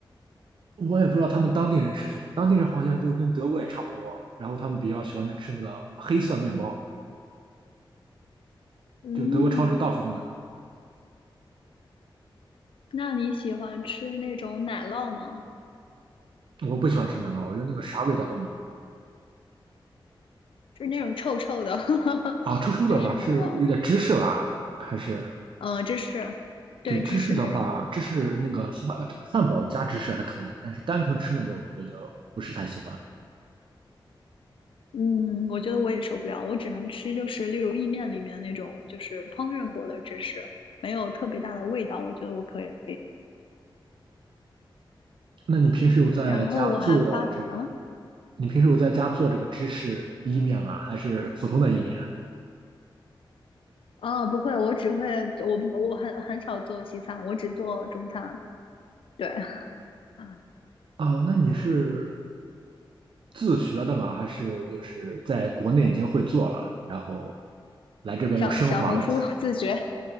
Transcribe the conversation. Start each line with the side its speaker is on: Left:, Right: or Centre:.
Right: 我也不知道他们当地人吃什么，当地人好像就跟德国也差不多，然后他们比较喜欢吃那个黑色面包，
Left: 嗯，
Right: 就德国超市到处都那个。
Left: 那你喜欢吃那种奶酪吗？
Right: 我不喜欢吃那个，我觉得那个啥味道都没有。
Left: 就是那种臭臭的 <laughs>
Right: 啊，臭臭的话是有点芝士吧，
Left: 芝士奶酪，
Right: 还是
Left: 嗯、芝士，对，
Right: 对芝士的话，
Left: 芝士那种，
Right: 芝士那个汉汉堡加芝士还可以，但是单纯吃那个我觉得不是太喜欢。
Left: 嗯，我觉得我也受不了，我只能吃就是例如意面里面那种就是烹饪过的芝士，没有特别大的味道，我觉得我可以。
Right: 那你平时有在家做这个？
Left: 然后我还发，嗯，
Right: 你平时有在家做这个芝士意面吗？还是普通的意面？
Left: 啊，不会，我只会，我不我很很少做西餐，我只做中餐，对，<laughs>
Right: 哦，那你是自学的嘛，还是就是在国内已经会做了，然后来这边又升华了一下呢？
Left: 小小红书自学，